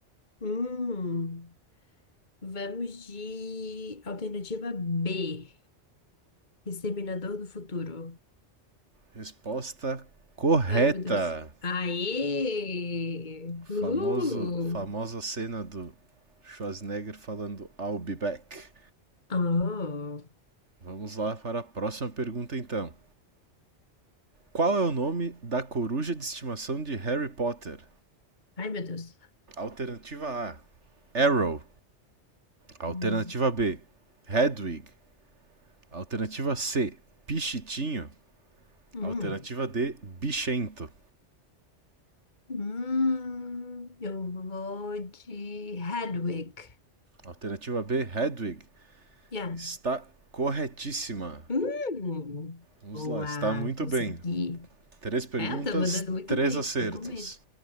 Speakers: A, on the left (about 40°); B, on the right (about 75°).
A: Hum. Vamos de alternativa B, Exterminador do Futuro.
B: Resposta correta.
A: Ai, meu Deus. Aê!
B: O famoso,
A: Uhul!
B: famosa cena do Schwarzenegger falando I'll be back.
A: Oh.
B: Vamos lá para a próxima pergunta então. Qual é o nome da coruja de estimação de Harry Potter?
A: Ai, meu Deus.
B: Alternativa A, Arrow. Alternativa
A: Hum.
B: B, Hedwig. Alternativa C, Pichitinho.
A: Hum.
B: Alternativa D, Bichento.
A: Hum. Eu vou de Hedwig.
B: Alternativa B, Hedwig.
A: Yeah.
B: Está corretíssima.
A: Hum.
B: Vamos
A: Boa,
B: lá, está muito
A: consegui.
B: bem. Três perguntas,
A: É, tá mandando muito
B: três
A: bem.
B: acertos.
A: Tô com medo.